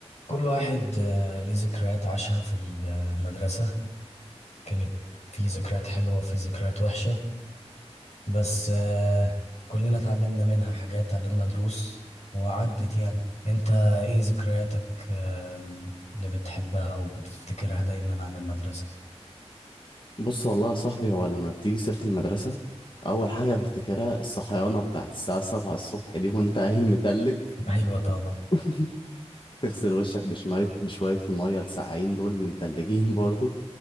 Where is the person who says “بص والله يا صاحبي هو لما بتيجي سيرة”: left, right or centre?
Left